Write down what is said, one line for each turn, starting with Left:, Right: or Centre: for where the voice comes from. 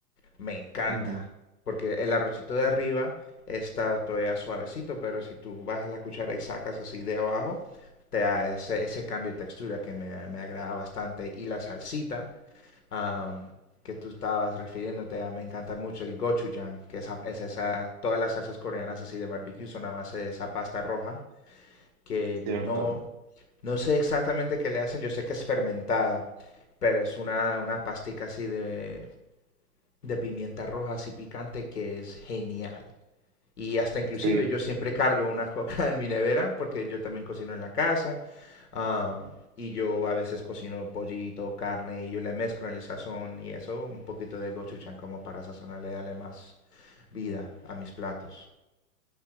Left: me encanta.
Right: Ujú,
Left: Porque el arrocito de arriba está todavía suavecito, pero si tú bajas la cuchara y sacas así de abajo, te da ese, ese cambio de textura que me, me agrada bastante. Y la salsita am, que tú estabas refiriéndote a, me encanta mucho el gochujang, que es, es esa, todas las salsas coreanas así de barbecue son a base de esa pasta roja, que no,
Right: cierto.
Left: no sé exactamente qué le hacen, yo sé que es fermentada, pero es una, una pastica así de de pimienta roja así picante que es genial. Y hasta inclusive
Right: Sí.
Left: yo siempre cargo una coca <laughs> en mi nevera porque yo también cocino en la casa. um, y yo a veces cocino pollito, carne y yo le mezclo en el sazón y eso, un poquito de gochujang como para sazonarle, darle más vida a mis platos.